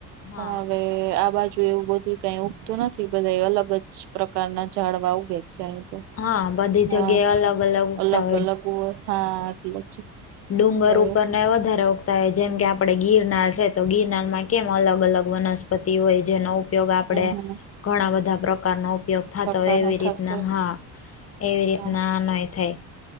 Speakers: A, on the left; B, on the right.
A: હા
B: પણ હવે આ બાજુ એવું બધું કઈ ઉગતું નથી બધા એ અલગ જ પ્રકારના ઝાડવા ઉગે છે તો
A: હા બધી
B: હા
A: જગ્યાએ અલગ ઉગતા
B: અલગ અલગ હોય હા એટલ જ
A: ડુંગર
B: હમ
A: ઉપર ને વધારે જેમ કે આપણે ગિરનાર છે તો ગિરનારમાં કેમ અલગ અલગ વનસ્પતિ હોય જેનો ઉપ ઉપયોગ આપડે
B: હમ
A: ઘણા બધા પ્રકારનો ઉપયોગ. થતો
B: પ્રકાર
A: હોય એવી
B: ન થતો
A: રીતના હા એવી રીતના
B: હા
A: નાય થાય.